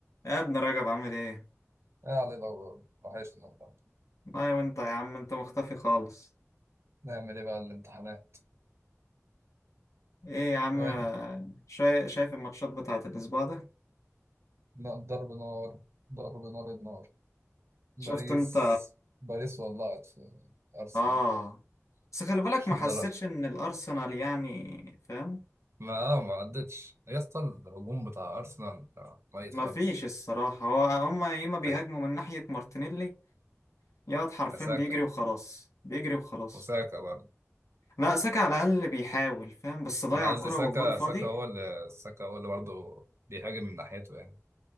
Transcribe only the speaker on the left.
يا ابن رجب عامل ايه؟
والله وانت يا عم انت مختفي خالص
ايه يا عم
شاي... شايف الماتشات بتاعت الاسبوع ده؟
شفت
انت
اه بس خلي بالك
ما حسيتش
ان الارسنال يعني فاهم؟
ما
فيش الصراحة هو هما يا اما بيهاجموا
من ناحية مارتينيلي يا واد حرفيا
بيجري وخلاص بيجري وخلاص
لا ساكا على الاقل بيحاول فاهم بس ضيع
كرة
والجون فاضي